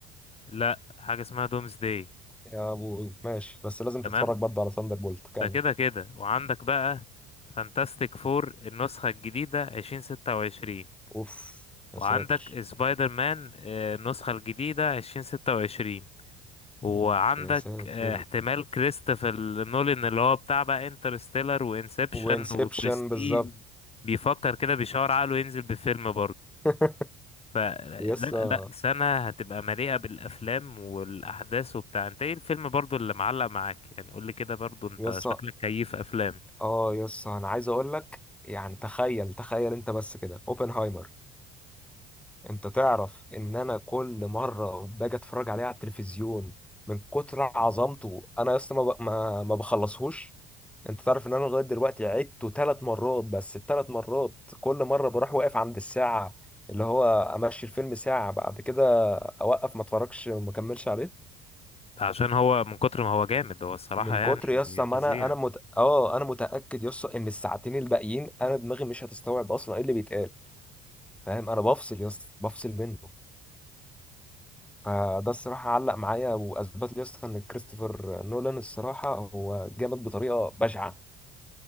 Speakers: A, on the left (about 30°); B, in the centre.
A: لا حاجة اسمها دومز داي
B: يا ابوي ماشي بس لازم
A: تمام
B: تتفرج برضه على ثاندر بولت كمل
A: ده كده كده وعندك بقى فانتاستيك فور النسخة الجديدة عشرين ستة وعشرين
B: اوف يا
A: وعندك
B: ساتر
A: سبايدر مان آه، النسخة الجديدة عشرين ستة وعشرين وعندك
B: يا ساتر
A: آه، احتمال كريستوفر نولان اللي هو بتاع بقى انترستيلر وانسبشن
B: وانسبشن
A: وبرستيج
B: بالظبط
A: بيفكر كده بيشاور عقله ينزل بفيلم برضه
B: <laughs>
A: فلا
B: يسا
A: لا لا، سنة هتبقى مليئة بالأفلام والأحداث وبتاع انت ايه الفيلم برضه اللي معلق معاك يعني قولي كده برضه انت
B: يسا
A: شكلك كيف أفلام
B: اه يسا انا عايز اقول لك يعني تخيل تخيل انت بس كده اوبنهايمر انت تعرف ان انا كل مره باجي اتفرج عليه على التلفزيون من كتر عظمته انا يسا ما ب- ما ما بخلصهوش انت تعرف ان انا لغايه دلوقتي عدته ثلاث مرات بس الثلاث مرات كل مره بروح واقف عند الساعه اللي هو امشي الفيلم ساعه بعد كده اوقف ما اتفرجش وما اكملش عليه
A: عشان هو من كتر ما هو جامد هو الصراحة
B: من
A: يعني
B: كتر يسطا ما
A: فظيع
B: انا انا مت... اه انا متاكد يسطا ان الساعتين الباقيين انا دماغي مش هتستوعب اصلا ايه اللي بيتقال فاهم انا بفصل يسطا بفصل منه فده الصراحه علق معايا واثبت لي يسطا ان كريستوفر نولان الصراحه هو جامد بطريقه بشعه